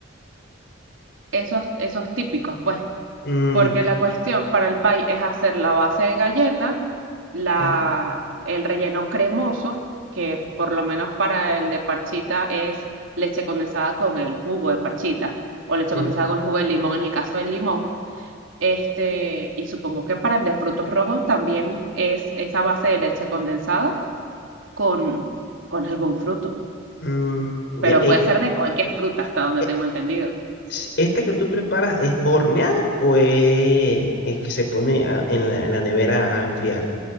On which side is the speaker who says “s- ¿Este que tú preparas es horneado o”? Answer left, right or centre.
Left